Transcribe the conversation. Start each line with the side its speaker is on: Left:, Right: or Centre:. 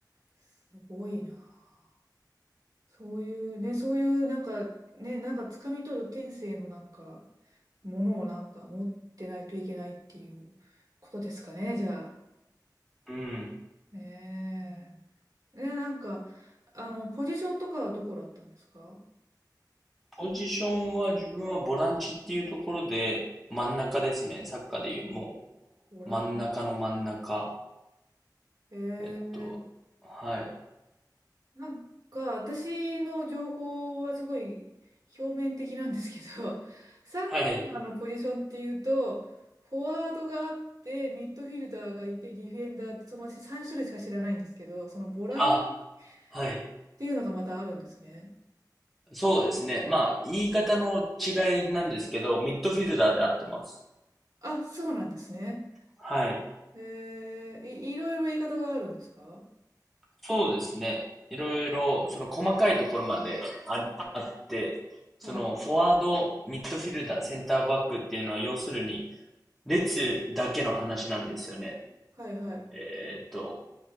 Right: すごいな。そういうね、そういうなんか、ね、なんか掴み取る天性のなんか、ものをなんか持ってないといけないっていうことですかね、じゃあ。
Centre: うん。
Right: ねえ。ね、なんか、あの、ポジションとかはどこだったんですか
Centre: ポジションは自分はボランチっていうところで、真ん中ですね。サッカーでいう、も
Right: ボラン、
Centre: う、真ん中の真ん中。
Right: へえ。
Centre: えっと、はい。
Right: なんか、私の情報はすごい表面的なんですけど、<laughs> サッカーのポジションっていうと、
Centre: はい。
Right: フォワードがあって、ミッドフィルダーがいて、ディフェンダーって、その私3種類しか知らないんですけど、そのボランチっ
Centre: あ、はい。
Right: ていうのがまたあるんですね。
Centre: そうですね。まあ、言い方の違いなんですけど、ミッドフィルダーで合ってます。
Right: あ、そうなんですね。
Centre: はい。
Right: えー、い、いろいろ言い方があるんですか
Centre: そうですね。いろいろ、その細かいところまであ、あって、
Right: はい。
Centre: そのフォワード、ミッドフィルダー、センターバックっていうのは要するに、列だけの話なんですよね。
Right: はいはい。
Centre: えーっと、